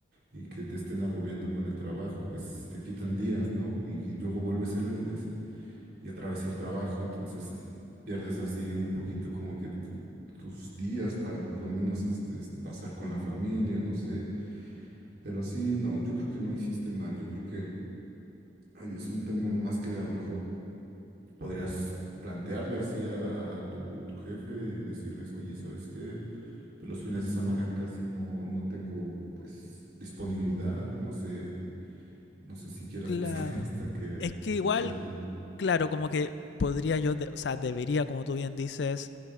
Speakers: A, on the right; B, on the left.
A: y que te estén agobiando con el trabajo, pues te quitan días, ¿no? Y luego vuelves el lunes y, y otra vez el trabajo, entonces pierdes así un poquito como que tu- tus días para por lo menos este pasar con la familia, no sé, pero sí, no, yo creo que no hiciste mal, yo creo que ahí es un tema más que a lo mejor podrías plantearle así a, tu, tu jefe y decirles, oye, ¿sabes qué? Pues los fines de semana casi no, no tengo pues disponibilidad, no sé, no sé si quieras
B: Claro.
A: buscar <laughs> hasta que
B: Es que igual,
A: el celu.
B: claro, como que podría yo, de- o sea, debería, como tú bien dices,